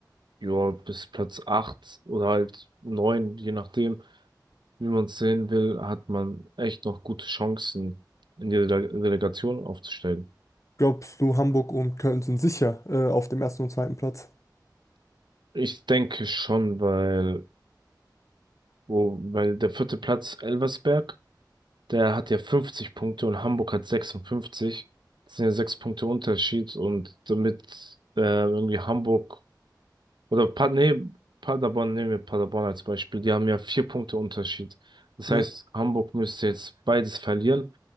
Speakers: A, on the right; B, on the left.
A: ja, bis Platz acht oder halt neun, je nachdem. wie man es sehen will, hat man echt noch gute Chancen, in die Dele- Delegation aufzusteigen.
B: Glaubst du, Hamburg und Köln sind sicher äh, auf dem ersten und zweiten Platz?
A: Ich denke schon, weil, wo, weil der vierte Platz Elversberg, der hat ja 50 Punkte und Hamburg hat 56. Das sind ja sechs Punkte Unterschied und damit äh, irgendwie Hamburg Oder pa nee, Paderborn, nehmen wir Paderborn als Beispiel. Die haben ja vier Punkte Unterschied. Das
B: Ne?
A: heißt, Hamburg müsste jetzt beides verlieren